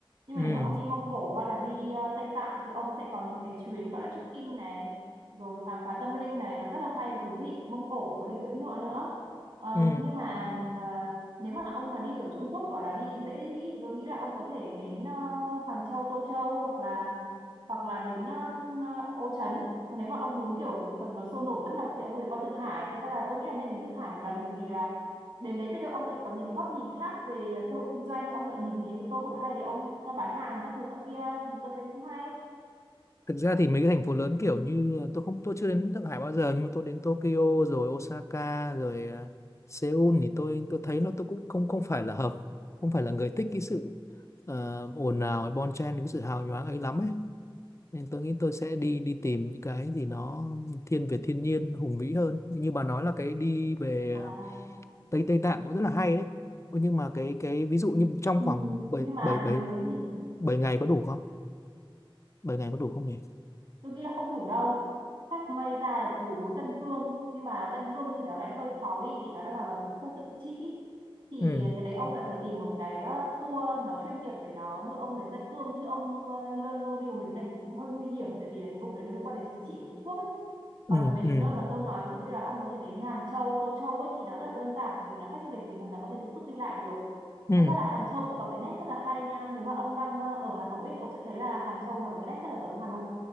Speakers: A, on the right; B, on the left.
A: nhưng
B: Ừ.
A: mà nếu mà ông đi Mông Cổ hay là đi à, Tây Tạng thì ông sẽ có những cái chuyến gọi là trekking này rồi khám phá tâm linh này nó rất là hay và thú vị Mông Cổ thì có thể cưỡi ngựa nữa Ờ,
B: Ừ.
A: nhưng mà à, nếu mà ông mà đi kiểu Trung Quốc gọi là đi dễ đi thì tôi nghĩ là ông có thể đến à, Hàng Châu Tô Châu hoặc là hoặc là đến ờ, ờ, Ô Trấn còn nếu mà ông muốn kiểu cuộc sống nó sôi nổi tấp nập thì ông có thể qua Thượng Hải thật ra là tôi nghĩ là nên đến Thượng Hải một lần bởi vì là đến đấy biết đâu ông lại có những cái góc nhìn khác về cơ hội kinh doanh ông lại nhìn thấy những cái cơ hội hay để ông ờ, bán hàng các thứ nọ kia thì tôi thấy cũng hay
B: Thực ra thì mấy cái thành phố lớn kiểu như tôi không tôi chưa đến Thượng Hải bao giờ nhưng mà tôi đến Tokyo rồi Osaka rồi à, Seoul thì tôi tôi thấy nó tôi cũng không không phải là hợp không phải là người thích cái sự ờ, ồn ào hay bon chen cái sự hào nhoáng ấy lắm ấy nên tôi nghĩ tôi sẽ đi đi tìm những cái gì nó thiên về thiên nhiên hùng vĩ hơn như bà nói là cái đi về
A: à,
B: Tây Tây Tạng cũng rất là hay đấy. Ôi, Nhưng mà cái cái ví dụ như trong
A: ừ,
B: khoảng bảy
A: nhưng mà
B: bảy bảy
A: nếu thế thì
B: bảy ngày có đủ không? bảy ngày có đủ không nhỉ?
A: tôi nghĩ là không đủ đâu chắc may ra là đủ mỗi Tân Cương nhưng mà Tân Cương thì nó lại hơi khó đi vì nó đang là vào cái khu tự trị thì
B: Ừ
A: cái đấy ông lại phải tìm một cái ờ, tour nó chuyên nghiệp để nó đưa ông đến Tân Cương chứ ông ờ, lơ ngơ đi một mình này thì cũng hơi nguy hiểm tại vì là cái vùng đấy nó liên quan đến chính trị của Trung Quốc ấy
B: ừ
A: còn mấy
B: ừ
A: cái nơi mà tôi nói ví dụ như là ông có thể đến Hàng Châu, Tô Châu ấy thì nó rất là đơn giản vì là khách du lịch mình hoàn toàn có thể tự túc đi lại được
B: ừ
A: thật ra là Hàng Châu cũng có cái nét rất là hay nha nếu mà ông đang ờ, ở Hà Nội ấy, thì ông sẽ thấy là Hàng Châu nó có cái nét rất là giống Hà Nội